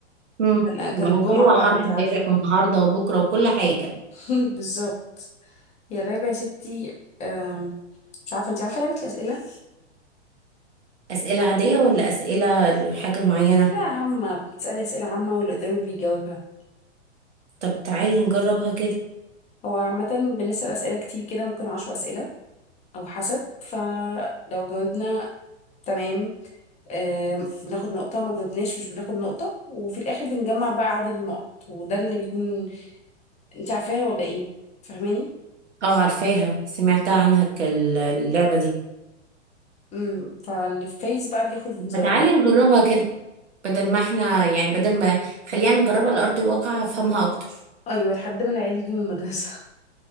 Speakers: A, on the right (about 75°); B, on the left (about 20°).
A: امم
B: كان كان
A: ما
B: الجمعة
A: هو الجو
B: بقى
A: حر
B: انت
A: امبارح
B: عارفة
A: والنهارده وبكره وكل حاجه
B: <laughs> بالظبط هي لعبة يا ستي أم، مش عارفة انت عارفة لعبة الأسئلة
A: اسئله عاديه ولا اسئله لحاجه معينه
B: لا عامة بتسألي أسئلة عامة واللي قدامك بيجاوبها
A: طب تعالي نجربها كده
B: هو عامة بنسأل أسئلة كتير كده ممكن عشر أسئلة او حسب فلو جاوبنا تمام آم، بناخد نقطة ما جاوبناش مش بناخد نقطة وفي الآخر بنجمع بقى عدد النقط وده اللي بيكون انت عارفاها ولا ايه فاهماني
A: اه عارفاها سمعتها عنها ك- اللعبه دي
B: امم فاللي فايز بقى بياخد
A: طب ما
B: آه،
A: تعالي نجربها كده بدل ما احنا يعني بدل ما خلينا نجربها على ارض الواقع هفهمها اكتر
B: ايوه لحد ما العيال يجوا من المدرسة